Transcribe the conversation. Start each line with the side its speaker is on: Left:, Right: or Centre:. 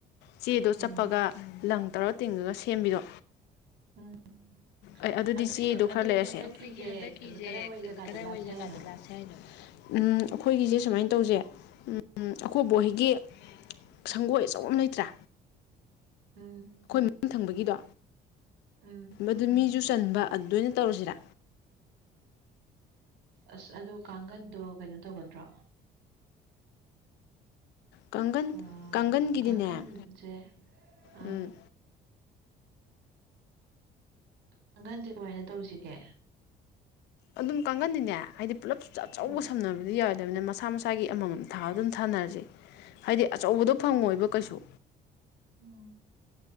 Left: ꯆꯦꯗꯣ
Right: ꯎꯝ
Left: ꯆꯞꯄꯒ ꯂꯪ ꯇꯧꯔꯒ ꯇꯤꯡꯉꯒ ꯁꯦꯝꯕꯤꯗꯣ
Right: ꯎꯝ
Left: ꯑꯩ ꯑꯗꯨꯗꯤ
Right: ꯑꯗꯣ
Left: ꯆꯦꯗꯣ
Right: ꯑꯩꯈꯣꯏꯒꯤ
Left: ꯈꯔ ꯂꯩꯔꯁꯦ
Right: ꯍꯟꯗꯛꯀꯤꯁꯦ
Left: ꯑꯩꯈꯣꯏ ꯍꯟꯗꯛꯀꯤꯁꯦ
Right: ꯀꯗꯥꯏꯋꯥꯏ ꯖꯒꯥꯗ
Left: ꯀꯗꯥꯋꯥꯏ
Right: ꯂꯥꯛꯁꯦ
Left: ꯖꯒꯗ
Right: ꯍꯥꯏꯅꯣ
Left: ꯂꯥꯠꯁꯤꯒꯦ ꯀꯥꯢꯗ ꯎꯝ ꯑꯩꯈꯣꯏꯒꯤꯁꯦ ꯁꯨꯃꯥꯏꯅ ꯇꯧꯁꯦ ꯑꯩꯈꯣꯏ ꯕꯣꯛ ꯍꯣꯢꯒꯤ ꯁꯪꯒꯣꯏ ꯑꯆꯧꯕ ꯑꯃ ꯂꯩꯇ꯭ꯔꯥ
Right: ꯎꯝ
Left: ꯑꯩꯈꯣꯏ ꯃꯅꯤꯡ ꯊꯪꯕꯒꯤꯗꯣ
Right: ꯎꯝ
Left: ꯑꯗꯨ ꯃꯤꯖꯨ ꯆꯟꯕ ꯑꯗꯨꯗ ꯑꯣꯢꯅ ꯇꯧꯔꯁꯤꯔꯥ
Right: ꯑꯁ ꯑꯗꯨ ꯀꯥꯡꯒꯟꯗꯣ ꯀꯩꯅꯣ ꯇꯧꯒꯗ꯭ꯔꯣ
Left: ꯀꯥꯡꯒꯟ
Right: ꯑ
Left: ꯀꯥꯡꯒꯟꯒꯤꯗꯤꯅꯦ
Right: ꯀꯥꯡꯒꯟꯖꯦ ꯑꯥ
Left: ꯎꯝ
Right: ꯀꯥꯡꯒꯟꯁꯦ ꯀꯃꯥꯏꯅ ꯇꯧꯁꯤꯒꯦ
Left: ꯑꯗꯨꯝ ꯀꯥꯡꯒꯟꯗꯤꯅꯦ ꯍꯥꯏꯗꯤ ꯄꯨꯂꯞ ꯑꯆꯧꯕ
Right: ꯎꯝ
Left: ꯁꯝꯍꯟꯕꯗꯤ ꯌꯥ ꯕꯅꯤꯅ ꯃꯁꯥ ꯃꯁꯥꯒꯤ ꯑꯃꯃꯝ ꯊꯥꯕꯗꯣ ꯑꯗꯨꯝ ꯊꯥꯅꯔꯁꯦ ꯍꯥꯏꯗꯤ ꯑꯆꯧꯕꯗꯣ ꯐꯪꯉꯣꯏꯕ ꯀꯩꯁꯨ
Right: ꯎꯝ